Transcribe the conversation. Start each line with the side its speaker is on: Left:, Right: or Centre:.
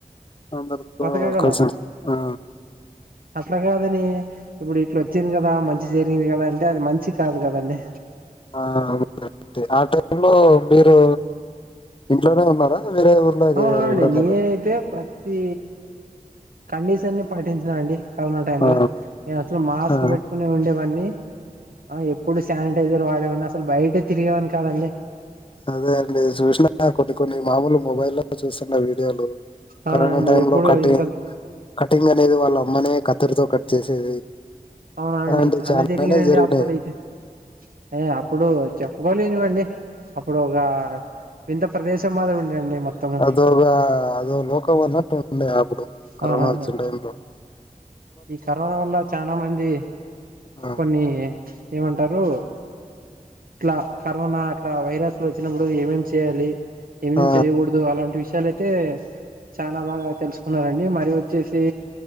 Left: అందరితో
Right: బతకగలం
Left: కలిసి ఆ
Right: అట్లా కాదని ఇప్పుడు ఇట్లా ఓచ్చింది కదా మంచి జరిగింది కదా అంటే అది మంచి కాదు కదండి
Left: ఆ అ ఆ టైం లో మీరు ఇంట్లోనే ఉన్నారా వేరే ఊర్లోకి
Right: అవునవునండి
Left: ఎప్పుడన్నా
Right: నేనైతే
Left: ఎళ్ళ
Right: ప్రతి కండిషన్ ని పాటించిన అండి కరోనా టైం
Left: ఆ
Right: లో నేను అసలు మాస్క్లు
Left: ఆ
Right: పెట్టుకునే ఉండేవన్నీ ఆ ఎప్పుడు శానిటైజర్ వాడేవాన్ని అసలు బయటే తిరిగేవాని కాదండి
Left: అదే అండి చూసినా కొన్ని కొన్ని మామూలు మొబైల్ చూస్తున్న వీడియోలు
Right: అవునండి
Left: కరనా టైం
Right: ఎప్పుడు
Left: లో కటి
Right: ఇంకా
Left: కటింగ్ అనేది వాళ్ళ అమ్మనే కత్తెరతో కట్ చేసేది
Right: అవునండి
Left: అలాంటివి
Right: చాలా
Left: చాలానే
Right: జరిగినండి
Left: జరిగినాయి
Right: అప్పుడైతే ఏ అప్పుడు వచ్చా లేనివండి అప్పుడు ఒక వింత ప్రదేశం మాదిరి ఉండండి మొత్తము
Left: అదోగా అదో లోకము అన్నట్టు ఉండే అప్పుడు కరోనా
Right: అవునవును
Left: వచ్చిన టైంలో
Right: ఈ కరోనా ఉన్న చాలా మంది
Left: ఆ
Right: కొన్ని ఏమంటారు ఇట్ల కరోనా అట్లా వైరస్లు వచ్చినప్పుడు ఏమేం చేయాలి. ఏం
Left: ఆ
Right: చెయ్యకూడదు అలాంటి విష యాలైతే చాలా బాగా తెల్సుకున్నారండి మరి వచ్చేసి